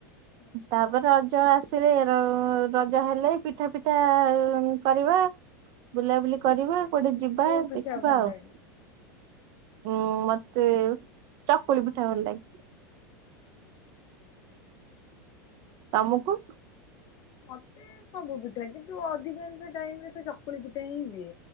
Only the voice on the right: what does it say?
ତା ଏ ରଜ ଆସିଲେ ରଜ ହେଲେ ପିଠା ପିଠା କରିବ ବୁଲାବୁଲି
କରିବା କୁଆଡେ ଯିବା
ଦେଖିବା
ଆଉ।
ହୁଁ ମତେ ଚକୁଳି ପୁଠା ଭଲଲାଗେ।
ତମକୁ।